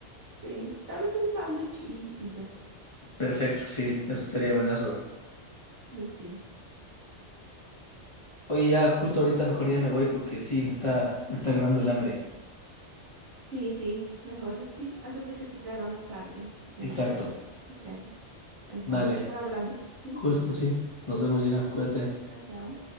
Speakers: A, on the right; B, on the left.
A: Sí, tal vez un sándwich y, y ya.
B: Perfecto, sí, eso estaría
A: <laughs>
B: buenazo.
A: Sí.
B: Oye, ya justo ahorita mejor ya me voy porque sí, me está, me está ganando el hambre.
A: Sí, sí, mejor sí, antes de que se te haga más tarde y
B: Exacto.
A: ya ver, pues, ¿qué haces? Es-
B: Dale,
A: vamos a estar hablando, ¿sí?
B: justo sí. Nos vemos, Gina. Cuídate.
A: Chao, chao.